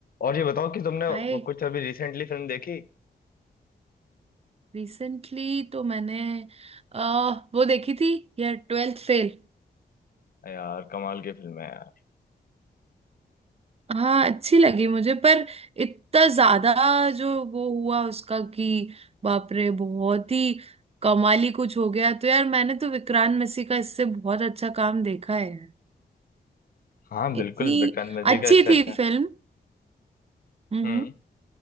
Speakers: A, on the left; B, on the right.
A: और ये बताओ कि तुमने
B: हाय
A: वो कुछ अभी रिसेंटली फिल्म देखी
B: रिसेंटली तो मैंने आ, वो देखी थी यार ट्वेल्थ फेल
A: यार कमाल की फिल्म है यार
B: हाँ अच्छी लगी मुझे पर इतना ज्यादा जो वो हुआ उसका कि बाप रे बहुत ही कमाली कुछ हो गया तो यार मैंने तो विक्रांत मैसी का इससे बहुत अच्छा काम देखा है
A: हाँ बिल्कुल
B: इतनी
A: विक्रांत मैसी
B: अच्छी
A: का इससे अच्छा
B: थी फिल्म हम्म
A: हम्म